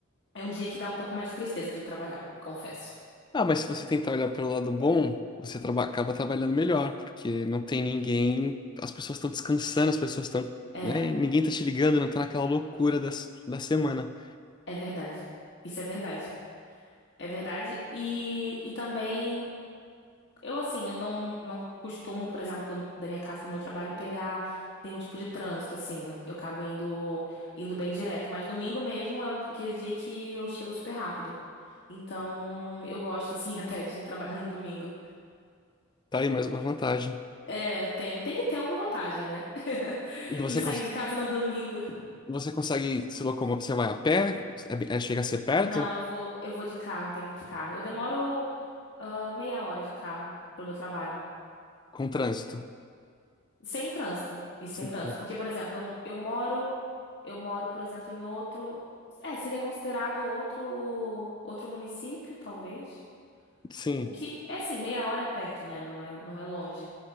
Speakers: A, on the left; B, on the left.
A: é um dia que dá um pouco mais de tristeza de trabalhar, confesso.
B: Ah, mas se você tentar olhar pelo lado bom, você traba- acaba trabalhando melhor, porque não tem ninguém, as pessoas estão descansando, as pessoas estão,
A: É,
B: né? Ninguém tá te ligando, não tá naquela loucura da, da semana.
A: é verdade. Isso é verdade. É verdade. E, e também. Eu, assim, eu não, não costumo, por exemplo, do- da minha casa pro meu trabalho pegar nenhum tipo de trânsito, assim. Eu, eu acabo indo, indo bem direto. Mas domingo mesmo é o- aquele dia que eu chego super rápido. Então, eu gosto, assim, <laughs> até de trabalhar no domingo.
B: Tá aí mais uma vantagem.
A: É, tem, tem que ter alguma vantagem, né? <laughs>
B: E você,
A: Em sair
B: cons-
A: de casa no domingo.
B: você consegue se locomover, você vai a pé, é, bem- é- chega a ser perto,
A: Não, eu vou, eu vou de carro, tenho que ir de carro. Eu demoro, ah, meia hora de carro pro meu trabalho.
B: com trânsito.
A: Sem trânsito. Isso
B: Sim,
A: sem trânsito. Porque, por exemplo, eu, eu moro. Eu moro, por exemplo, em outro. É, seria considerado outro outro município, talvez.
B: sim,
A: O que é assim, meia hora é perto, né? Não é, não é longe.